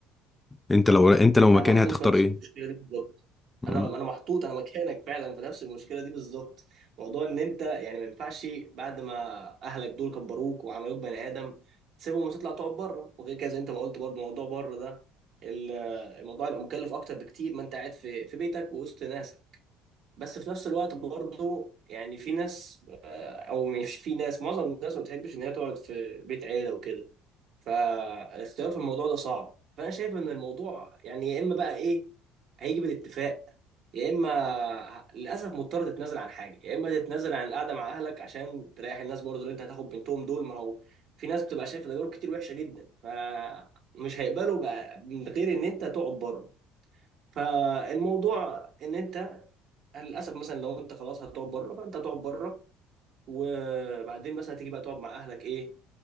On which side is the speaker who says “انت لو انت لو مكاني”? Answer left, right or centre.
Left